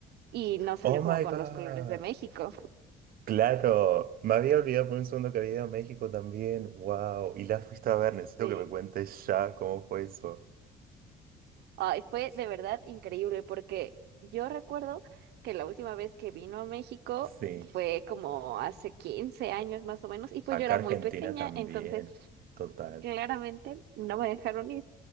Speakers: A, on the right (about 75°); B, on the right (about 60°).
A: y no salió
B: Oh
A: como
B: my
A: con
B: God.
A: los colores de México.
B: Claro, me había olvidado por un segundo que había ido a México también. Wow. Y la fuiste a ver, necesito
A: Sí.
B: que me cuentes ya cómo fue eso.
A: Ay, fue de verdad increíble porque yo recuerdo que la última vez que vino a México
B: Sí,
A: fue como hace 15 años más o menos y pues
B: acá
A: yo era
B: Argentina
A: muy pequeña,
B: también.
A: entonces
B: Total.
A: claramente no me dejaron ir